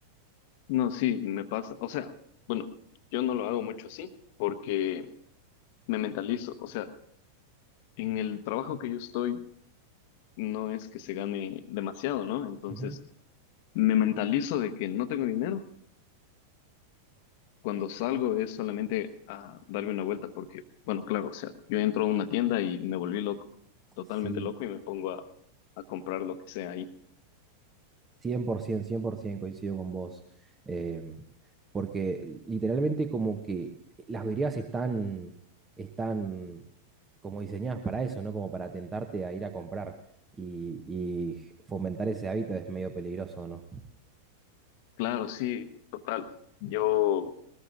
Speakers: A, on the left; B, on the right.
A: No, sí, me pasa. O sea, bueno, yo no lo hago mucho así porque me mentalizo. O sea, en el trabajo que yo estoy no es que se gane demasiado, ¿no? Entonces,
B: Ujú.
A: me mentalizo de que no tengo dinero Cuando salgo es solamente a darme una vuelta porque, bueno, claro, o sea, yo entro a una tienda y me volví loco, totalmente
B: Sí,
A: loco y me pongo a, a comprar lo que sea ahí.
B: cien por 100% coincido con vos. Em, porque literalmente como que las vidrieras están, están como diseñadas para eso, ¿no? Como para tentarte a ir a comprar y, y fomentar ese hábito es medio peligroso, ¿no?
A: Claro, sí, total. Yo